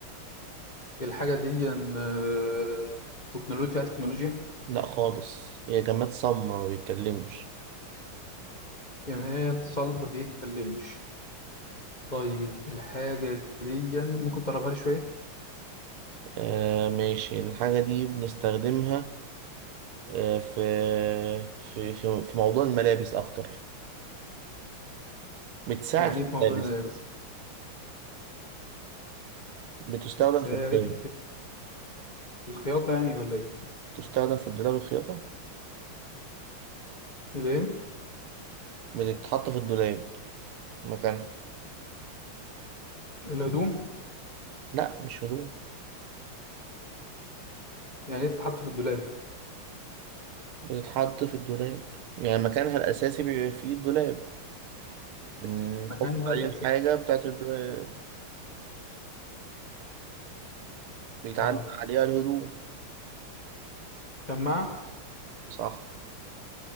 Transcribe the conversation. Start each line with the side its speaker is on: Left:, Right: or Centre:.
Left: الحاجة دي إن، آه، تكنولوجيا فيها تكنولوجيا
Right: لا خالص هي جماد صم ما بيتكلمش
Left: يعني هي صلب بيتكلمش طيب الحاجة دي ممكن تقربها لي شوية
Right: آه ماشي الحاجة دي بنستخدمها آه، في في في في موضوع الملابس أكتر بتساعد
Left: يعني
Right: في
Left: إيه في موضوع
Right: الملابس
Left: الملابس
Right: بتستخدم
Left: بتساعد
Right: في الدولاب
Left: في الخياطة يعني ولا إيه
Right: بتستخدم في الدولاب الخياطة
Left: الإيه
Right: بتتحط في الدولاب مكانها
Left: الهدوم
Right: لا مش هدوم
Left: يعني إيه تتحط في الدولاب
Right: بتتحط في الدولاب يعني مكانها الأساسي بيبقى فيه الدولاب بنحط
Left: مكانها
Right: عليه
Left: الأساسي
Right: الحاجة بتاعت الدولاب بيتعلق
Left: اه
Right: عليها الهدوم
Left: شماعة
Right: صح